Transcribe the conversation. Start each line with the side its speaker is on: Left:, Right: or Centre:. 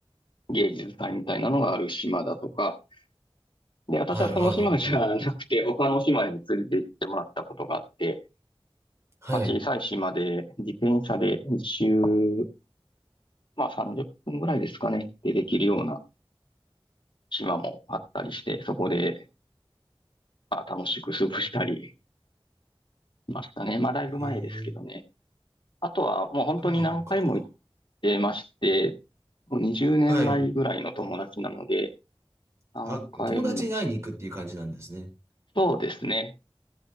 Left: 芸術祭みたいなのがある島だとか、で、私はその島じゃなくて、
Right: はい。ああ、なるほど。
Left: 他の島に連れて行ってもらったことがあって、
Right: はい。
Left: まあ、小さい島で自転車で一周、まあ30分ぐらいですかね、でできるような島もあったりして、そこで、まあ、楽しく過ごしたりしましたね。まあだいぶ前ですけどね。
Right: ええ、
Left: あとはもう本当に何回も行っ
Right: 香川か。
Left: てまして、もう20年来ぐらいの友達なので、
Right: はい。
Left: 何回も、
Right: あ、友達に会いに行くっていう感じなんですね。
Left: そうですね。